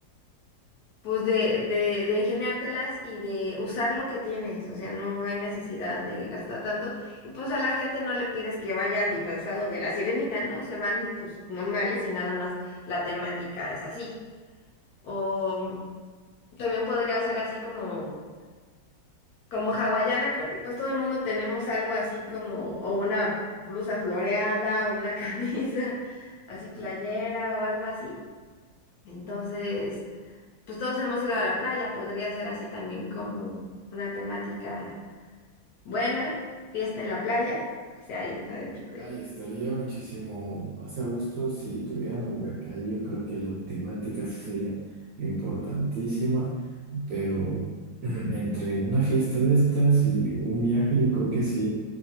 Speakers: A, on the left; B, on the right.
A: pues de, de, de ingeniártelas y de usar lo que tienes, o sea, no hay necesidad de gastar tanto. Y pues a la gente no le pides que vaya disfrazado de la sirenita, ¿no? Se van pues normales y nada más la temática es así. O también podría ser así como... Como hawaiana, creo que pues todo el mundo tenemos algo así como, o una blusa floreada, una <laughs> camisa así playera
B: sí.
A: o algo así. Entonces, pues todos hemos ido a la playa, podría ser así también como una temática buena, fiesta en la playa, que sea ahí adentro de...
B: Ay, estaría muchísimo más a gusto si tuvieran alberca. Ahí Yo creo que la temática sí sería importantísima, pero <clears throat> entre una fiesta de estas y un viaje, yo creo que sí.